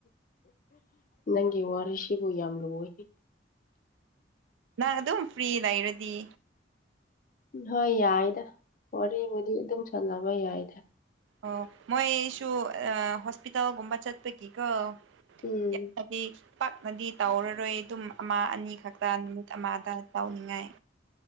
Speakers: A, on the left; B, on the right.
A: ꯅꯪꯒꯤ ꯋꯥꯔꯤꯁꯤꯕꯨ ꯌꯥꯝ ꯂꯣꯏ
B: ꯑꯗꯨꯝ ꯐꯔꯤ ꯂꯩꯔꯗꯤ
A: ꯍꯣꯏ ꯌꯥꯏꯗ ꯋꯥꯔꯤꯨꯗꯤ ꯑꯗꯨꯝ ꯁꯥꯟꯅꯕ ꯌꯥꯏꯗ
B: ꯑꯣ ꯃꯣꯏꯁꯨ ꯑ ꯍꯣꯁꯄꯤꯇꯥꯜꯒꯨꯝꯕ ꯆꯠꯄꯒꯤ ꯀꯣ
A: ꯎꯝ
B: ꯌꯥ ꯄꯥꯛꯅꯗꯤ ꯇꯧꯔꯔꯣꯏ ꯑꯗꯨꯝ ꯑꯃ ꯑꯅꯤ ꯈꯛꯇ ꯅꯨꯃꯤꯠ ꯑꯃꯗ ꯇꯧꯅꯤꯡꯉꯥꯏ